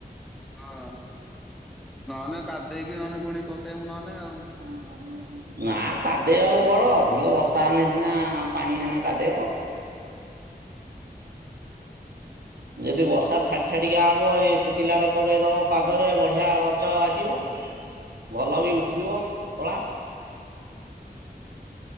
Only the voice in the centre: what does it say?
ହଁ ନହେନେ କାଦେଇକି ହନେ ପୁଣି ପକେଇବୁ ନହେନେ ଆଉ।